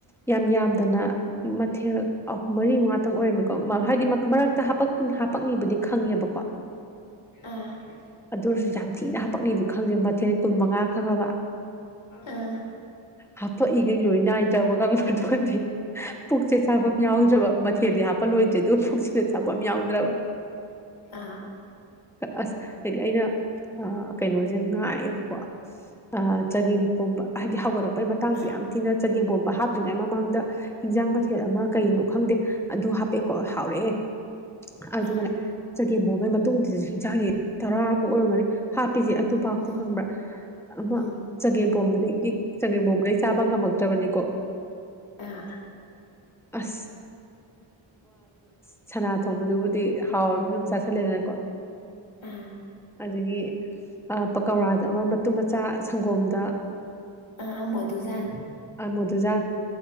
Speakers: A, in the centre; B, on the left.
A: ꯌꯥꯝ ꯌꯥꯝꯗꯅ ꯃꯊꯦꯜ ꯑꯍꯨꯝ ꯃꯔꯤ ꯃꯉꯥꯇꯪ ꯑꯣꯏꯔꯝꯃꯤꯀꯣ ꯍꯥꯏꯗꯤ ꯃꯔꯛꯇ ꯍꯥꯄꯄ ꯍꯥꯄꯛꯅꯤꯕꯨꯗꯤ ꯈꯪꯉꯦꯕꯀꯣ
B: ꯑꯥ
A: ꯑꯗꯨ ꯑꯣꯏꯔꯁꯨ ꯌꯥꯝ ꯊꯤꯅ ꯍꯥꯄꯛꯅꯤꯗꯤ ꯈꯪꯗꯦ ꯃꯊꯦꯜ ꯀꯨꯟ ꯃꯉꯥ ꯈꯪꯉꯕ
B: ꯑꯥ
A: ꯍꯥꯄꯛꯏꯈꯩ ꯂꯣꯏ ꯅꯥꯏꯗ꯭ꯔꯕ ꯈꯪꯕ꯭ꯔꯥ ꯑꯗꯨꯒꯗꯤ ꯄꯨꯛꯁ ꯆꯥꯐꯝ ꯌꯥꯎꯗ꯭ꯔꯕ ꯃꯊꯦꯜꯗꯤ ꯍꯥꯄ ꯂꯣꯏꯗ꯭ꯔꯦ ꯑꯗꯨꯒ ꯄꯨꯨꯛꯁꯤꯗ ꯆꯥꯐꯝ ꯑꯃ ꯌꯥꯎꯗ꯭ꯔꯕ
B: ꯑꯥ
A: ꯑꯁ ꯍꯥꯏꯗꯤ ꯑꯩ ꯑꯥ ꯀꯩꯅꯣꯁꯦ ꯉꯥꯏꯌꯦꯕꯀꯣ ꯑꯥ ꯆꯒꯦꯝ ꯄꯣꯝꯕ ꯍꯥꯏꯗꯤ ꯍꯧꯒꯠꯂꯛꯄꯩ ꯃꯇꯥꯡꯁꯤ
B: ꯑꯥ
A: ꯌꯥꯝ ꯊꯤꯅ ꯆꯒꯦꯝ ꯄꯣꯝꯕ ꯍꯥꯞꯇ꯭ꯔꯤꯉꯩ ꯃꯃꯥꯡꯗ ꯍꯤꯟꯖꯥꯡ ꯃꯊꯦꯜ ꯑꯃ ꯀꯩꯅꯣ ꯈꯪꯗꯦ ꯑꯗꯨ ꯍꯥꯞꯄꯦꯀꯣ ꯍꯥꯎꯔꯛꯑꯦ ꯑꯗꯨꯒꯅꯦ
B: ꯑꯥ
A: ꯆꯒꯦꯝ ꯄꯣꯝꯕꯩ ꯃꯇꯨꯡꯗꯁꯨ ꯍꯤꯟꯖꯥꯡꯁꯦ ꯇꯔꯥ ꯑꯃꯨꯛ ꯑꯣꯏꯔꯝꯒꯅꯤ ꯍꯥꯞꯄꯤꯁꯦ ꯑꯗꯨ ꯐꯥꯎꯗ
B: ꯎꯝ
A: ꯈꯪꯕ꯭ꯔꯥ ꯑꯃ
B: ꯎꯝ
A: ꯆꯒꯦꯝ ꯄꯣꯝꯕꯗꯒꯤ ꯆꯥꯡꯒꯦꯝ ꯄꯣꯝꯕꯗꯒꯤ ꯆꯥꯕ ꯉꯝꯃꯛꯇ꯭ꯔꯕꯅꯤꯀꯣ
B: ꯑ
A: ꯑꯁ ꯁꯅꯥ ꯊꯣꯡꯕꯗꯨꯕꯨꯗꯤ ꯍꯥꯎꯔꯕꯅꯤ ꯑꯗꯨꯝ ꯆꯥꯥꯁꯜꯂꯦꯗꯅꯀꯣ
B: ꯎꯝ
A: ꯑꯗꯒꯤ ꯄꯀꯧꯔꯥꯗ ꯑꯃ ꯃꯇꯨꯝ ꯃꯆꯥ ꯁꯪꯒꯣꯝꯗ
B: ꯑꯥ ꯃꯗꯨꯨꯖꯥꯟ
A: ꯑꯥ ꯃꯨꯗꯨꯖꯥꯟ